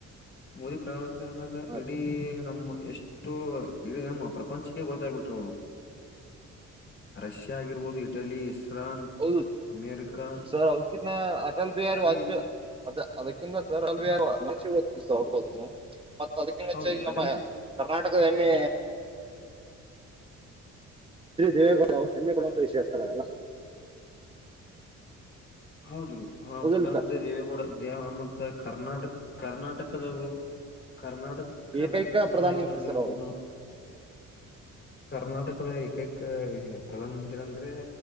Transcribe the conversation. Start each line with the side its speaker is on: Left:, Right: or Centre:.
Left: ಮೋದಿ ಪ್ರಧಾನಮಂತ್ ಮಂತ್ರಿ ಆದಾಗಇಡೀ
Right: ಹಾ ಸರ್
Left: ನಮ್ಮ ಎಷ್ಟು ಇಡೀ ನಮ್ಮ ಪ್ರಪಂಚಕ್ಕೆ ಗೊತ್ತಾಗಬಿಟ್ರು ಅವರು ರಷ್ಯಾ ಆಗಿರ್ಬೋದು ಇಟಲಿ ಇಸ್ರಾನ್
Right: ಹೌದು
Left: ಅಮೇರಿಕಾ
Right: ಸರ್ಕಿ ಅಟಲ್ ಬಿಹಾರಿ ವಾಜಪೇಯಿ
Left: ಈ
Right: ಅದ ಅದೇ <unintelligible> ಮತ್ತ ಅದಕ್ಕಿನ್ ಹೆಚ್ಚಾಗಿ
Left: ಹೌದು ಅಟಲಿ
Right: ನಮ್ಮ ಕರ್ನಾಟಕದ ಹೆಮ್ಮೆ ಶೀ ದೇವೇಗೌಡ ಅವರು ಹೆಮ್ಮೆ ಪಡೋವಂತ ವಿಷಯ ಅವೆಲ್ಲ
Left: ಹೌದು ಹ
Right: ಹೌದಿಲ್ಲ
Left: ಪ್ರಧಾನ
Right: ಸರ್
Left: ಮಂತ್ರಿ ದೇವೇಗೌಡ ದ್ಯಾವ ಹನುಮಂತ ಕರ್ನಾಟಕ ಕರ್ನಾಟಕದವರು ಕರ್ನಾಟಕ ಕರ್ನಾಟಕವರಗಿದಾರಲ್ಲ
Right: ಏಕೈಕ ಪ್ರಧಾನ ಮಂತ್ರಿ ಸರ್ ಅವರು
Left: ಕರ್ನಾಟಕದ ಏಕೈಕ ಪ್ರಧಾನ ಮಂತ್ರಿ ಅಂದ್ರೆ